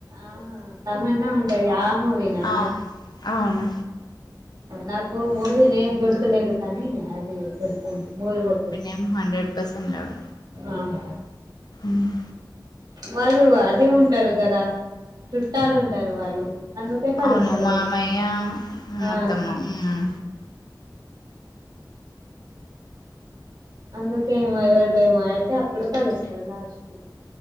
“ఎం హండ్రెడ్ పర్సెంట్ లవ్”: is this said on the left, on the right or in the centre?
Left